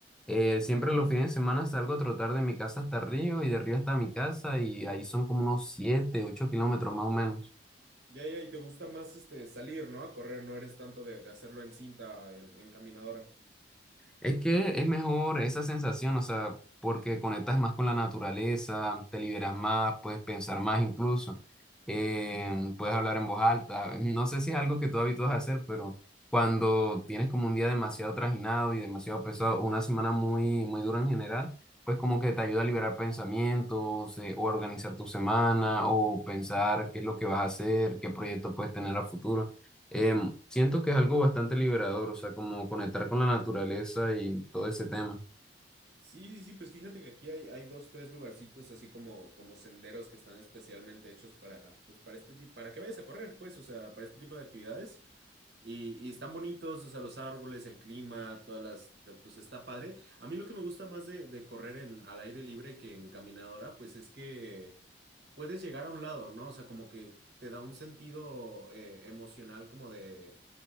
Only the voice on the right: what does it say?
Ya, ya, y te gusta más este salir, ¿no? A correr, no eres tanto de, de hacerlo en cinta, en, en caminadora.
Sí, sí, sí, pues fíjate que aquí hay, hay dos, tres lugarcitos así como, como senderos que están especialmente hechos para, pues para este tipo, para que vayas a correr, pues, o sea, para este tipo de actividades. Y, y están bonitos, o sea, los árboles, el clima, todas las, te- pues está padre. A mí lo que me gusta más de, de correr en, al aire libre que en caminadora, pues es que... puedes llegar a un lado, ¿no? O sea, como que te da un sentido eh, emocional como de,